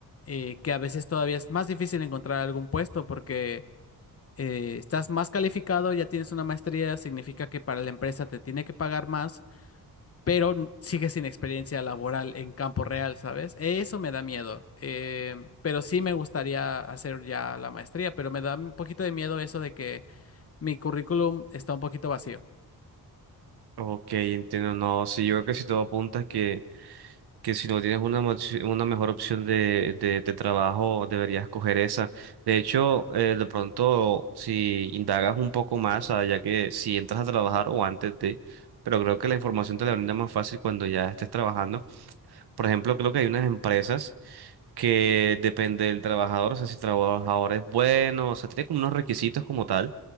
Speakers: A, on the left (about 40°); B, on the right (about 85°).
A: eh, que a veces todavía es más difícil encontrar algún puesto porque eh, estás más calificado, ya tienes una maestría, significa que para la empresa te tiene que pagar más, pero n- sigues sin experiencia laboral en campo real, ¿sabes? Eso me da miedo. eh, pero sí me gustaría hacer ya la maestría, pero me da un poquito de miedo eso de que mi currículum está un poquito vacío.
B: Ok, entiendo, no, sí, yo creo que si todo apunta es que... que si no tienes una, moci- una mejor opción de, de, de trabajo, deberías coger esa. De hecho, eh, de pronto, si indagas un poco más, ah, ya que si entras a trabajar o antes de, pero creo que la información te la brinda más fácil cuando ya estés trabajando. Por ejemplo, creo que hay unas empresas que depende del trabajador, o sea, si el trabajador es bueno, o sea, tiene como unos requisitos como tal.